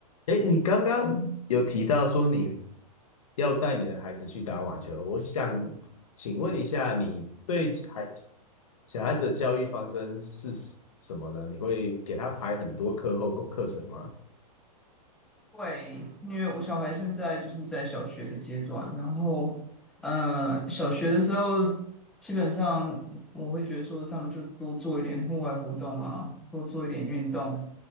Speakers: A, on the left; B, in the centre.
A: 哎，你刚刚有提到说你要带你的孩子去打网球，我想请问一下，你对孩小孩子的教育方针是什么呢？你会给他排很多课后课程吗？
B: 会，因为我小孩现在就是在小学的阶段，然后，呃，小学的时候，基本上我会觉得说，他们就多做一点户外活动啊，多做一点运动，